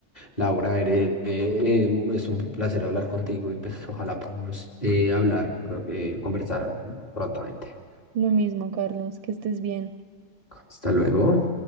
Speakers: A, on the left (about 20°); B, on the right (about 75°).
A: Laura, eres- eh, eh, es un placer hablar contigo y pues ojalá podamos eh, hablar, pero, eh, conversar prontamente.
B: Lo mismo, Carlos, que estés bien.
A: Hasta luego.